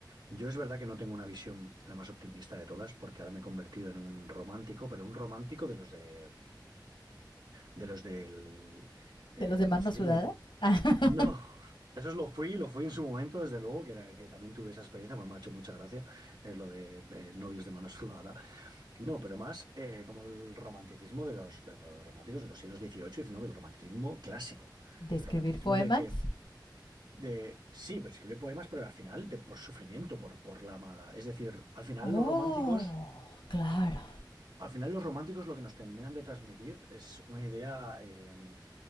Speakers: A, on the right; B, on the left.
A: Yo es verdad que no tengo una visión la más optimista de todas, porque ahora me he convertido en un romántico, pero un romántico de los de, de los del
B: ¿De
A: el
B: los demás no
A: siglo
B: sudada? <laughs>
A: no, eso es lo fui, lo fui en su momento, desde luego, que era que también tuve esa experiencia, pues me ha hecho mucha gracia eh, lo de eh, novios de mano sudada. No, pero más eh, como el romanticismo de los, de los románticos de los siglos XVIII y XIX, el romanticismo clásico,
B: ¿De escribir
A: el romanticismo
B: poemas?
A: de que, de, sí, pero escribe poemas, pero al final de, por sufrimiento, por, por la amada. Es decir, al final
B: Oh,
A: los románticos...
B: claro.
A: Al final los románticos lo que nos terminan de transmitir es una idea, eh,